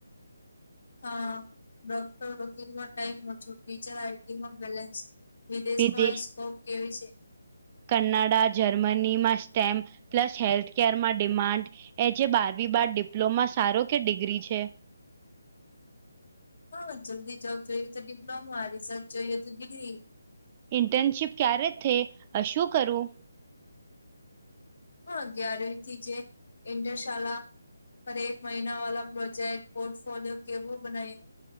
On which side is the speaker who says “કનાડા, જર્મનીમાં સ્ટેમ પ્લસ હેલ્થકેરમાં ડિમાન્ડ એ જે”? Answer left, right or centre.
Right